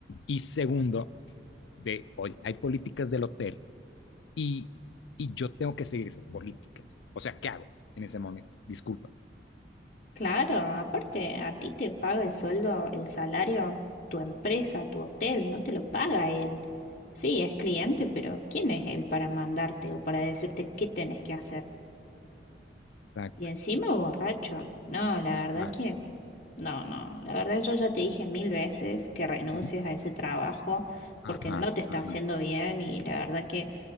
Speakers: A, on the left; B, on the left.
A: Y segundo, de, oye, hay políticas del hotel y, y yo tengo que seguir esas políticas. O sea, ¿qué hago en ese momento? Disculpa.
B: Claro, aparte a ti te paga el sueldo, el salario, tu empresa, tu hotel, no te lo paga él. Sí, es cliente, pero ¿quién es él para mandarte o para decirte qué tenés que hacer?
A: Exacto.
B: Y encima borracho. No, la verdad
A: Ah,
B: que No, no, la verdad yo ya te dije mil veces que renuncies
A: ujú.
B: a ese trabajo
A: Ajá,
B: porque no te está
A: ajá,
B: haciendo bien y la verdad que